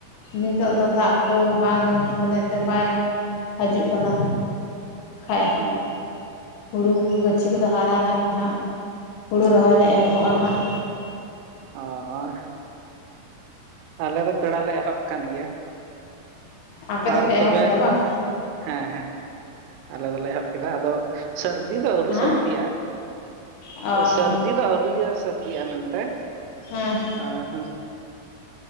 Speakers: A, on the left; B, on the right.
A: ᱱᱤᱛᱚᱜ ᱫᱚ ᱫᱟᱜ ᱠᱚ ᱵᱟᱝ <inaudible> ᱵᱟᱭ ᱦᱟᱡᱩᱜ ᱠᱟᱱᱟ᱾ ᱠᱷᱟᱭ
B: ᱦᱩᱸ᱾
A: ᱦᱩᱲᱩ ᱠᱚ ᱜᱟᱹᱪᱷᱤ ᱠᱚᱫᱚ ᱦᱟᱨᱟ ᱱᱟ ᱦᱟᱸᱜ᱾ ᱦᱩᱲᱩ ᱨᱚᱦᱚᱭ ᱞᱮ ᱮᱦᱚᱵ ᱜᱚ-ᱟ ᱦᱟᱸᱜ᱾
B: ᱚ <unintelligible> ᱟᱞᱮ ᱫᱚ ᱯᱮᱲᱟ ᱞᱮ ᱮᱦᱚᱵ ᱠᱟᱱ ᱜᱮᱭᱟ
A: ᱟᱯᱮ ᱫᱚᱯᱮ
B: ᱟᱨ ᱛᱚᱵᱮ
A: ᱮᱦᱚᱵ ᱠᱮᱫᱟ ᱵᱟᱝ
B: ᱦᱮᱸ ᱦᱮᱸ ᱟᱞᱮ ᱫᱚᱞᱮ ᱮᱦᱚᱵ ᱠᱮᱫᱟ ᱟᱫᱚ᱾ ᱥᱟᱹᱨᱫᱤ ᱫᱚ ᱟᱹᱣᱨᱤ
A: ᱦᱮᱸ
B: ᱥᱟᱹᱨᱫᱤᱜᱼᱟ
A: ᱚ
B: ᱥᱟᱹᱨᱫᱤ ᱫᱚ <inaudible> ᱥᱟᱹᱨᱫᱤᱜᱼᱟ ᱢᱮᱱᱛᱮ᱾
A: ᱦᱮᱸ
B: <inaudible> ᱦᱚᱸ